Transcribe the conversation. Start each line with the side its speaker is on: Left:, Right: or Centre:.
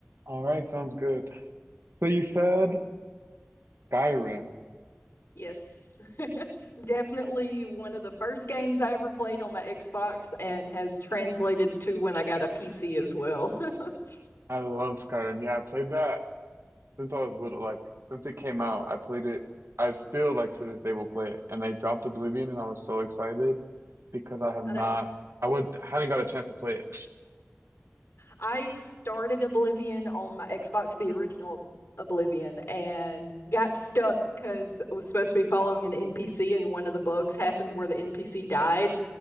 Right: All right, sounds good. So you said
Left: Right.
Right: Skyrim.
Left: Yes. <laughs> Definitely one of the first games I ever played on my Xbox and has translated to when I got a PC as well. <laughs>
Right: I love Skyrim. Yeah, I played that since I was little. Like since it came out, I played it. I still like to this day will play it. And they dropped Oblivion, and I was so excited because I have
Left: I
Right: not.
Left: know
Right: I would hadn't got a chance to play it.
Left: I started Oblivion on my Xbox, the original Oblivion, and got stuck because I was supposed to be following an NPC and one of the bugs happened where the NPC died.